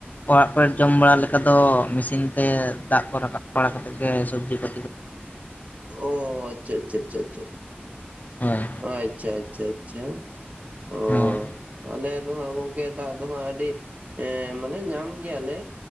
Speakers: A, on the left; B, on the right.
A: ᱚᱲᱟᱜ ᱠᱚᱨᱮᱱ ᱡᱚᱢ ᱵᱟᱲᱟ ᱞᱮᱠᱟ ᱫᱚ ᱢᱤᱥᱤᱱ ᱛᱮ ᱫᱟᱜ ᱠᱚ ᱨᱟᱠᱟᱵ ᱵᱟᱲᱟ ᱠᱟᱛᱮᱫ ᱜᱮ ᱥᱚᱵᱽᱡᱤ ᱠᱚ
B: ᱚ ᱟᱪᱪᱷᱟ ᱪᱷᱟ ᱪᱷᱟ ᱪᱷᱟ᱾
A: ᱦᱳᱭ
B: ᱟᱪᱪᱷᱟ ᱟᱪᱪᱷᱟ ᱟᱪᱪᱷᱟ ᱚ
A: ᱦᱳᱭ
B: ᱟᱞᱮ ᱫᱚ ᱦᱟᱸᱜ ᱜᱚᱝᱠᱮ ᱜᱮ ᱫᱟᱜ ᱫᱚ ᱦᱟᱜᱸ ᱟᱰᱤ ᱮ ᱢᱟᱱᱮ ᱧᱟᱢ ᱜᱮᱭᱟᱞᱮ